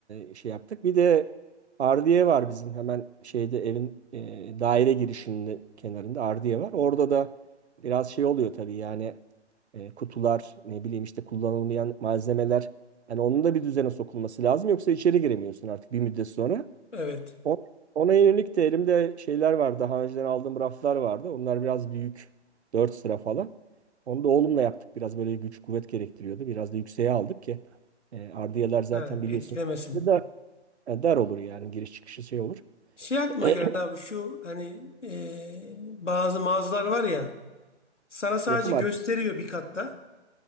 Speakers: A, on the right; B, on the left.
A: e, şey yaptık. Bir de Ardiye var bizim hemen şeyde evin e, daire girişinin kenarında Ardiye var. Orada da biraz şey oluyor tabii yani e, kutular ne bileyim işte kullanılmayan malzemeler. Yani onun da bir düzene sokulması lazım yoksa içeri giremiyorsun artık bir müddet sonra.
B: Evet.
A: O- Ona yönelik de elimde şeyler var. Daha önceden aldığım raflar vardı. Onlar biraz büyük. 4 sıra falan. Onu da oğlumla yaptık. Biraz böyle güç kuvvet gerektiriyordu. Biraz da yükseğe aldık ki e, ardiyeler zaten
B: Ha,
A: biliyorsun
B: etkilemesin.
A: dar, dar olur yani giriş çıkışı şey olur.
B: Şey aklıma geldi
A: <clears throat>
B: abi şu hani e, bazı mağazalar var ya sana sadece
A: Yapım
B: gösteriyor
A: arkası.
B: bir katta.